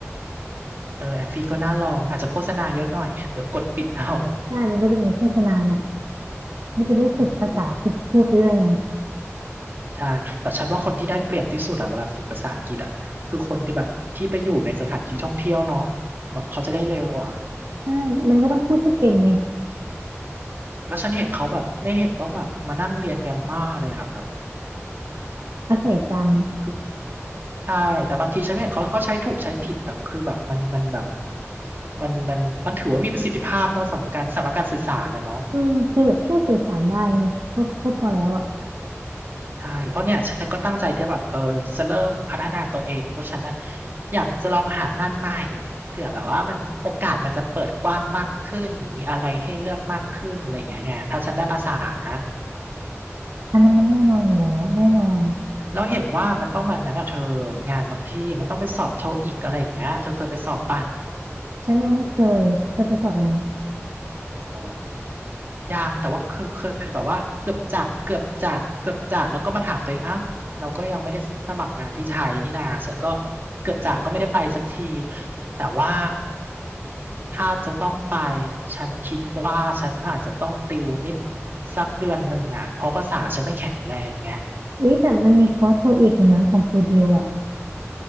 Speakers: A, on the right; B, on the right.
A: เออแอปฟรีก็น่าลองอาจจะโฆษณาเยอะหน่อย <laughs> เดี๋ยวกดปิดเอา
B: ได้มันก็จะมีโฆษณาหน่อยมันจะได้ฝึกภาษาฝึกพูดไปด้วยไง
A: อืมใช่แต่ฉันว่าคนที่ได้เปรียบที่สุดอะเวลาฝึกภาษาอังกฤษอะคือคนที่แบบที่ไปอยู่ในสถานที่ท่องเที่ยวเนาะเหมือนเขาจะได้เร็วอะ
B: ใช่มันก็ต้องพูดให้เป็นไง
A: แล้วฉันเห็นเขาแบบไม่เห็นต้องแบบมานั่งเรียนแกรมม่าเลยอะแบบ
B: อาศัยจำ
A: คือ ใช่แต่บางทีฉันก็เห็นเขาเขาใช้ถูกใช้ผิดแต่คือแบบมันมันแบบมันมันมันถือว่ามีประสิทธิภาพเนาะสำหรับการสำหรับการสื่อสารนะเนาะ
B: อืมคือแบบแค่สื่อสารได้ไงก็ก็พอแล้วอะ
A: ใช่ใช่เพราะเนี่ยฉันก็ตั้งใจที่แบบเออจะเริ่มพัฒนาตัวเองเพราะฉันนะอยากจะลองหางานใหม่เผื่อแบบว่ามันโอกาสมันจะเปิดกว้างมากขึ้นมีอะไรให้เลือกมากขึ้นอะไรอย่างเงี้ยไงถ้าฉันได้ภาษานะ
B: อันนั้นมันแน่นอนอยู่แล้วแน่นอน
A: แล้วเห็นว่ามันต้องมันนั้นอ่ะเธองานบางที่มันต้องไปสอบโทอีกอะไรอย่างเงี้ยเธอเคยไปสอบป่ะ
B: ฉันยังไม่เคยเคยไปสอบยัง
A: หรอ ยังแต่ว่าเคยเคยแบบว่าเกือบจะเกือบจะเกือบจะแล้วก็มาถามตัวเองอ้าวเราก็ยังไม่ได้สมัครงานที่ไทยนี่นาฉันก็เกือบจะก็ไม่ได้ไปสักทีแต่ว่าถ้าจะต้องไปฉันคิดว่าฉันอาจจะต้องติวนิดสักเดือนหนึ่งอ่ะเพราะภาษาฉันไม่แข็งแรงไง
B: อุ้ยแต่มันมีคอร์สโทอีกอยู่นะของครูดิวอะ